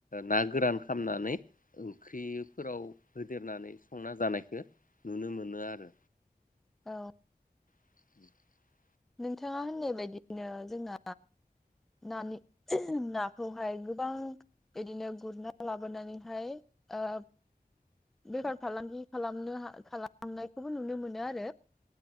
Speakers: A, on the left; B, in the centre.
A: ना गोरान खालामनानै ओंख्रिफोराव होदेरनानै संना जानायखौ नुनो मो नो आरो।
B: औ।
A: <inaudible>
B: नोंथाङा होननाय बायदिनो जोंना नानि नाखौहाय गोबां बिदिनो गुरना लाबोनानैहाय ओ बेफार फालांगि खालामनो खालामनायखौबो नुनो मोनो आरो।